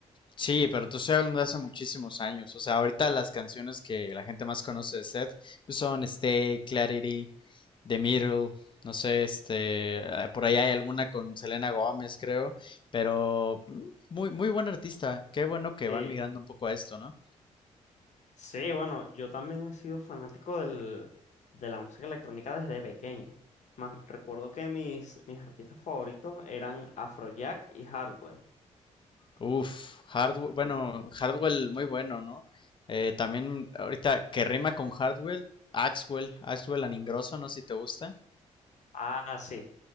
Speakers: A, on the left; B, on the left.
A: Sí, pero tú estás hablando de hace muchísimos años. O sea, ahorita las canciones que la gente más conoce de Seth pues son Stay, Clarity, The Middle, no sé, este, eh, por ahí hay alguna con Selena Gómez, creo, pero mm, muy, muy buen artista. Qué bueno que
B: Sí,
A: van migrando un poco a esto, ¿no?
B: sí, bueno, yo también he sido fanático del, de la música electrónica desde pequeño. Más, recuerdo que mis, mis artistas favoritos eran Afrojack y Hardwell.
A: Uf, Hardwell, bueno,
B: Ya.
A: Hardwell muy bueno, ¿no? Eh, también ahorita que rima con Hardwell, Axwell, Axwell Aningroso, no sé si te gusta.
B: Ah, sí,